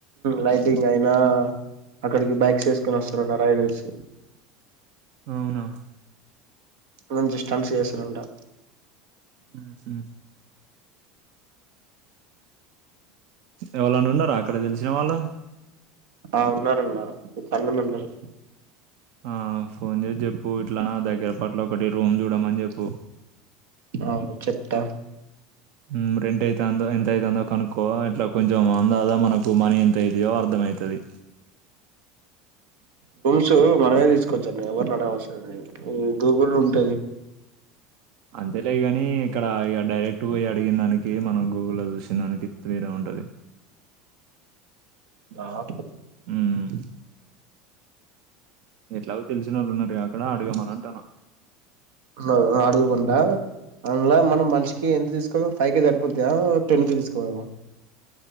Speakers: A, on the right (about 80°); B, on the right (about 50°).
A: లైటింగ్ అయినా అక్కడికి బైక్స్ ఎసుకుొని వస్తారు రైడర్స్
B: అవునా
A: నుంచి స్ట్రంస్ ఏసుకుని ఉంటా
B: మ్మ్ మ్మ్ ఎవరన్నా ఉన్నారా అక్కడ తెలిసిన వాళ్లు
A: ఆ ఉన్నారుాఅన్న పది మంది ఉన్నారు
B: ఆ ఫోన్ చేసి చెప్పు ఇట్లానా దగ్గర పట్ల ఒకటి రూమ్ చూడమని చెప్పు
A: ఆ చెబ్తా
B: మ్మ్ రెంట్ అయితే ఎంత అవుతుందో కనుక్కో ఇట్లా కొంచెం అందాదా మనకు మనీ ఎంత అయిదియో అర్థంమవుతుంది
A: రూమ్స్ మనమే తీసుకొచ్చాంలే ఎవర్ని అడగడం అవసరం లేదు గూగుల్ ఉంటది.
B: అంతేలే గానీ ఇక్కడ ఇక డైరెక్ట్ పోయిన అడిగిన దానికి మనం గూగుల్లో చూసిన దానికి తేడా ఉంటది.
A: ఆత్తా
B: మ్మ్ ఎట్లాగ తెలిసిన వాళ్ళు ఉన్నారు అక్కడ అడగమన్ను అంటన.
A: ళు అడుగు వుంటా అందులా మనం మనిషకి ఎంత తీసుకోదాం ఫైవ్ కే సరిపోతా టెన్ కేే తీసుకోదామా.